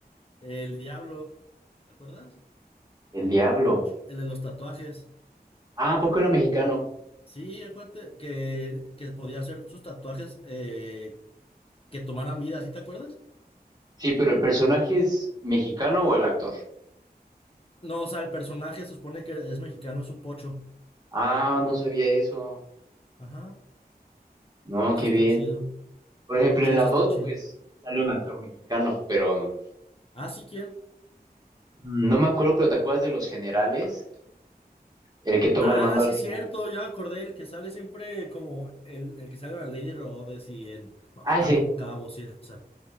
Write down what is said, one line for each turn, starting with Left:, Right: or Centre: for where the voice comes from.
Left: el Diablo, ¿te acuerdas?
Right: El diablo.
Left: El de los tatuajes.
Right: Ah, ¿a poco era mexicano?
Left: Sí, acuérdate que, que podía hacer sus tatuajes eh, que tomaran vida, ¿sí te acuerdas?
Right: Sí, pero el personaje es mexicano o el actor.
Left: No, o sea, el personaje se supone que es mexicano, es un pocho.
Right: Ah, no sabía eso.
Left: Ajá,
Right: No,
Left: eso
Right: qué
Left: está
Right: bien.
Left: chido.
Right: Por ejemplo,
Left: Sí,
Right: en la
Left: eso está
Right: 2,
Left: chido.
Right: pues sale un actor mexicano, pero mm,
Left: Ah, sí, ¿quién?
Right: no me acuerdo, pero ¿te acuerdas de los generales? El que toma
Left: Ah,
Right: el mando al
Left: sí,
Right: final.
Left: cierto, ya me acordé, el que sale siempre como el, el que sale en la Lady Rhodes y en bueno,
Right: Ah,
Left: Atando
Right: sí,
Left: Cabos y esa.